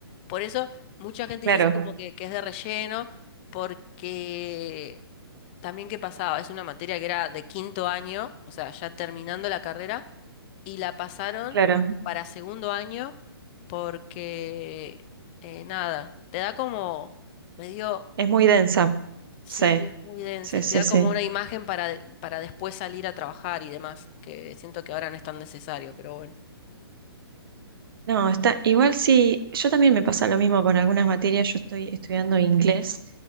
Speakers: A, on the left; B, on the right.
A: Por eso mucha gente
B: Claro,
A: dice así como que, que es de relleno, porque también qué pasaba, es una materia que era de quinto año, o sea, ya terminando la carrera, y la pasaron
B: claro,
A: para segundo año porque, eh, nada, te da como medio
B: es muy densa,
A: Sí,
B: sí,
A: es muy densa
B: sí,
A: y
B: sí,
A: te da
B: sí.
A: como una imagen para, de- para después salir a trabajar y demás, que siento que ahora no es tan necesario, pero bueno.
B: No, está igual sí, yo también me pasa lo mismo con algunas materias, yo estoy estudiando inglés